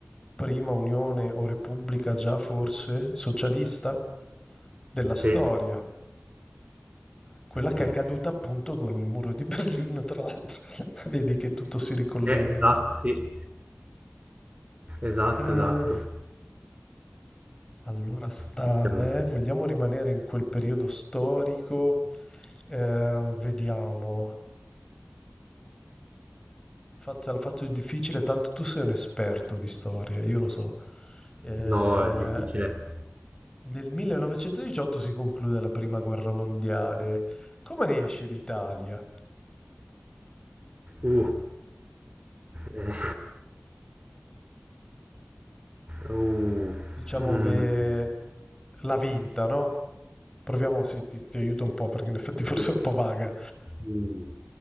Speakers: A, on the left; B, on the right.
A: prima unione o repubblica già forse socialista della storia,
B: Sì,
A: quella che
B: sì.
A: è caduta appunto con il muro di <laughs> Berlino, tra l'altro. <laughs> Vedi che tutto si ricollega.
B: Eh, esatto, sì. Esatto,
A: Eh,
B: esatto.
A: Allora sta
B: Effettivamente.
A: a me, vogliamo rimanere in quel periodo storico? Eh, vediamo. Fatta, la faccio difficile, tanto tu sei un esperto di storia, io lo so. Eh,
B: No, è difficile.
A: nel 1918 si conclude la prima guerra mondiale. Come ne esce l'Italia?
B: Uh, eh, uh,
A: Diciamo
B: mm,
A: che l'ha vinta, no? Proviamo, sì, ti, ti aiuto un po' perché in effetti
B: sì.
A: <laughs> forse è un po' vaga.
B: Mm.